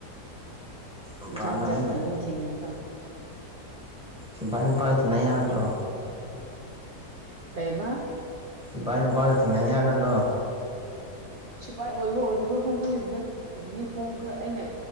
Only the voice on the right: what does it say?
ꯖꯥꯠ
ꯖꯥꯠꯀꯤ
ꯃꯤ ꯊꯦꯡꯅꯩꯒꯣ
<inaudible> ꯀꯩꯕ
ꯁꯤꯐꯥꯏ ꯑꯣꯏꯕ꯭ꯔꯥ ꯑꯣꯏꯗꯕ꯭ꯔꯥ ꯈꯪꯐꯣꯠꯇꯦꯗ ꯌꯨꯅꯤꯐꯣꯔꯝ ꯈꯔ ꯑꯩꯅ